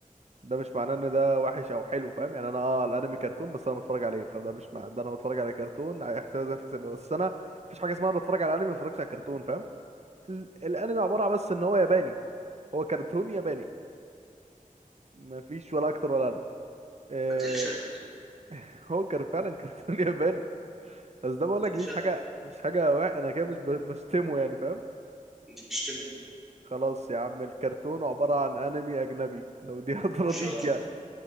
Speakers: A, on the right (about 50°); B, in the centre.
A: ده مش معناه ان ده وحش او حلو فاهم يعني انا اه الانمي كرتون بس انا بتفرج عليه فده مش مع ده انا بتفرج على كرتون هيحسبها زي ما تحسبها بس انا مفيش حاجه اسمها انا بتفرج على انمي ما بتفرجش على كرتون فاهم ال... الانمي عباره عن بس ان هو ياباني هو كرتون ياباني مفيش ولا اكتر ولا اقل آه
B: ما تقلش ادب
A: <laughs> هو كان فعلا كرتون <laughs> ياباني بس ده بقول لك
B: ده اللي
A: دي مش
B: شاطر
A: حاجه مش حاجه وا- انا كده مش ب... بشتمه يعني فاهم
B: انت بتشتم
A: خلاص يا عم الكرتون عباره عن انمي اجنبي لو دي <laughs> هترضيك
B: شاطر
A: يعني